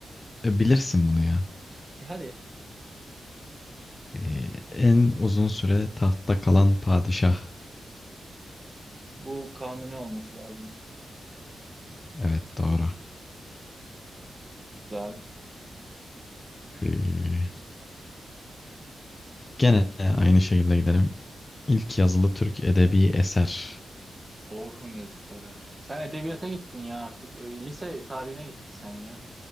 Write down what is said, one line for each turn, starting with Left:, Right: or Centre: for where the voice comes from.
Left: E, bilirsin bunu ya.
Right: E hadi.
Left: E, en uzun süre tahtta kalan padişah.
Right: Bu kanuni olması lazım.
Left: Evet, doğru.
Right: Güzel.
Left: E, gene aynı şekilde gidelim. İlk yazılı Türk edebi eser.
Right: Orhun yazıtları. Sen edebiyata gittin ya artık. Ö, Lise tarihine gittin sen ya.